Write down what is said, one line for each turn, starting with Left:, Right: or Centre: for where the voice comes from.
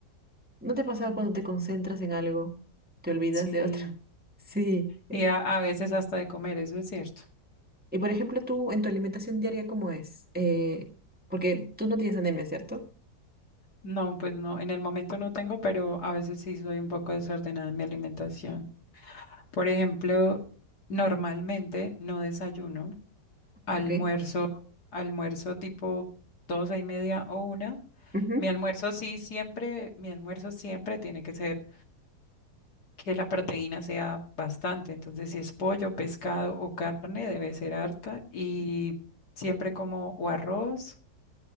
Centre: ¿No te pasa
Left: Mm,
Centre: cuando te concentras en algo, te olvidas
Left: Sí.
Centre: de otra? <laughs> Sí. eh.
Left: Y a, a veces hasta de comer, eso es cierto.
Centre: Y por ejemplo, tú en tu alimentación diaria, ¿cómo es? Eh, porque tú no tienes anemia, ¿cierto?
Left: No, pues no, en el momento no tengo, pero a veces sí soy un poco desordenada en mi alimentación. Por ejemplo, normalmente no desayuno, almuerzo,
Centre: Ok.
Left: almuerzo tipo doce y media o una.
Centre: Ujú,
Left: Mi almuerzo sí siempre, mi almuerzo siempre tiene que ser que la proteína sea bastante. Entonces, si es pollo, pescado o carne, debe ser harta y siempre como o arroz.